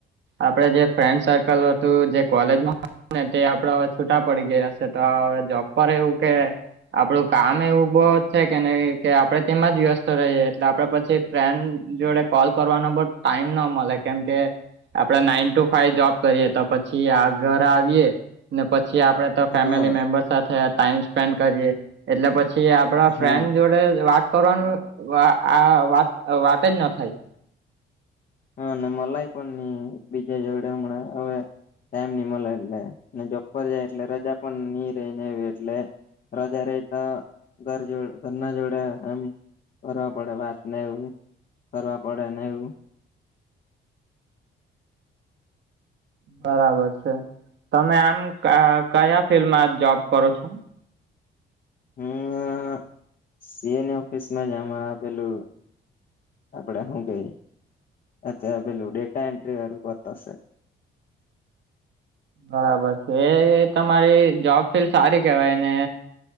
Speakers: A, on the right (about 65°); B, on the left (about 45°).
A: આપડે જે ફ્રેન્ડ સર્કલ હતું જે કોલેજમાં હતું ને તે આપડા હવે છૂટા પડી ગયા. સેતો જોબ પર એવું કે આપડું કામ એવું બહુ છે કે ને કે આપડે તેમાં જ વ્યસ્ત રહીએ. એટલે આપડે પછી ફ્રેન્ડ જોડે કોલ કરવાનો બહ ટાઈમ ના મળે કેમકે આપડે નાઈન ટુ ફાઈવ જોબ કરીએ તો પછી આ ઘર આવીએ ને પછી આપડે તો ફેમિલી
B: હા
A: મેમ્બર સાથે ટાઈમ સ્પેન્ડ કરીયે એટલે પછી આપડા
B: હા
A: ફ્રેન્ડ જોડે વાત કરવાનું આ વાત વાત જ ના થાય.
B: હા અને મલાઈ પણ નઈ બીજા જોડે હમણાં હવે ટાઈમ ની મળે એટલે ને જોબ પર જાય એટલે રજા પણ ની રેયને એવી એટલે રજા રેય તો ઘર જોડ ઘરના જોડે એમ કરવા પડે વાત નેવું કરવા પડે નેવું
A: બરાબર છે તમે આમ કયા ફિલ્ડમાં જોબ કરો છો
B: હું સીએની ઓફિસમાં જામ આપેલું આપડે હું કેઈ અત્યારે પેલું ડેટા એન્ટ્રી વાળું કરતો શે.
A: બરાબર છે તમારી જોબ ફી સારી કેવાય ને